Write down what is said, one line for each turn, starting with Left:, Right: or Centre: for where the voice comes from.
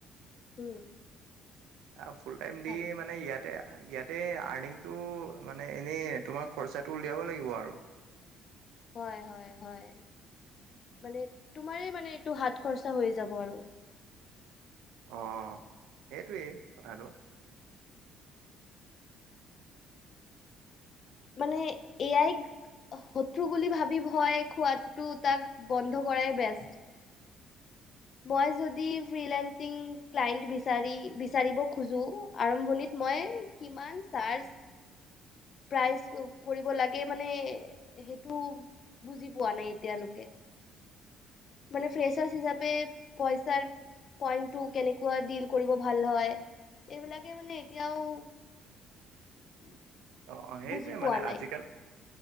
Left: উম।
Right: আহ ফুল টাইম
Left: ভাল
Right: দি মানে ইয়াত। ইয়াতে আৰ্নিংটো মানে এনেই তোমাৰ খৰচাটো উলিয়াব লাগিব আৰু
Left: হয়, হয়, হয়। মানে তোমাৰে মানে এইটো হাত খৰচা হৈ যাব আৰু
Right: অ, সেইটোৱেই কথাটো।
Left: মানে এ আইক শত্ৰু বুলি ভাবি ভয় খোৱাটো তাক বন্ধ কৰায়ে বেষ্ট। <inaudible> মই যদি ফ্ৰী লেন্সিং ক্লাইন্ত বিছাৰি, বিচাৰিব খোজোঁ, আৰম্ভনিত মই কিমান চাৰ্জ প্ৰাইজ কৰিব লাগে মানে, সেইটো বুজি পোৱা নাই এতিয়ালৈকে মানে ফ্ৰেচাৰছ হিচাপে পইচাৰ পইন্টটো কেনেকুৱা ডিল কৰিব ভাল হয় এইবিলাকে মানে এতিয়াও <inaudible>
Right: অ, অ সেইটোৱে
Left: বুজি পোৱা
Right: মানে
Left: নাই
Right: আজিকালি